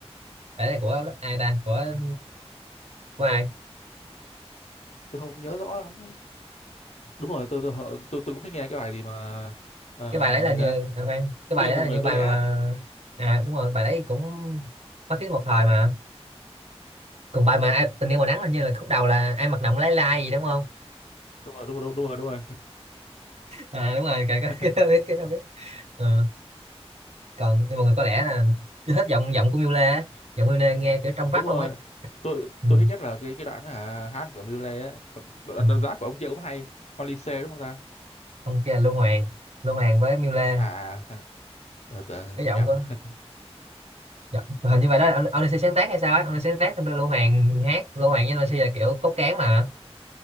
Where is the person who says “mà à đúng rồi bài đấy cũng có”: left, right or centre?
Right